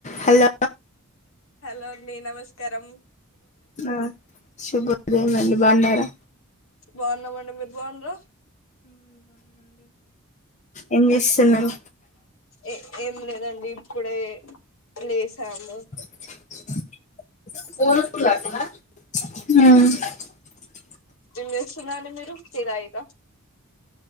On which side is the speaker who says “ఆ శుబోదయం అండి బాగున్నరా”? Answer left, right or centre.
Left